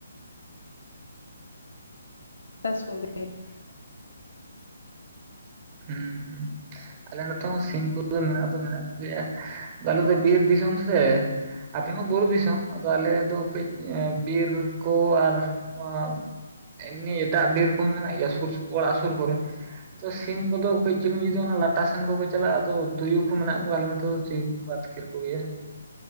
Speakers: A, on the left; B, on the right.
A: ᱪᱟᱥ ᱠᱚᱜᱮ ᱾ <inaudible>
B: <unintelligible> ᱦᱩᱸ ᱦᱩᱸ ᱾ ᱟᱞᱮ ᱱᱚᱛᱮ ᱦᱚᱸ ᱥᱤᱢ ᱠᱚ ᱫᱚ ᱢᱮᱱᱟᱜ ᱫᱚ ᱢᱮᱱᱟᱜ ᱠᱚᱜᱮᱭᱟ ᱟᱞᱮ ᱫᱚ ᱵᱤᱨ ᱫᱤᱥᱚᱢ ᱥᱮ ᱾ ᱟᱯᱮ ᱦᱚᱸ ᱵᱩᱨᱩ ᱫᱤᱥᱚᱢ ᱟᱫᱚ ᱟᱞᱮ ᱫᱚ ᱠᱟᱹᱡ ᱵᱤᱨ ᱠᱚ ᱟᱨ ᱱᱚᱣᱟ ᱮᱢᱱᱤ ᱮᱴᱟᱜ ᱵᱤᱨ ᱠᱚᱦᱚᱸ ᱢᱮᱱᱟᱜ ᱜᱮᱭᱟ ᱥᱩᱨ ᱥᱩᱯᱩ ᱚᱲᱟᱜ ᱥᱩᱨ ᱠᱚᱨᱮ ᱛᱚ ᱥᱤᱢ ᱠᱩᱫᱚ ᱠᱟᱹᱡ ᱪᱩᱞᱩᱝ ᱡᱩᱫᱤ ᱚᱱᱟ ᱞᱟᱴᱟ ᱥᱮᱱ ᱠᱚᱠᱚ ᱪᱟᱞᱟᱜᱼᱟ ᱛᱚ ᱛᱩᱭᱩ ᱠᱚ ᱢᱮᱱᱟᱜ ᱠᱚᱣᱟᱞᱮ ᱱᱚᱛᱚ ᱫᱚ ᱛᱩᱭᱩ ᱠᱚ ᱟᱹᱛᱠᱤᱨ ᱠᱚᱜᱮᱭᱟ ᱾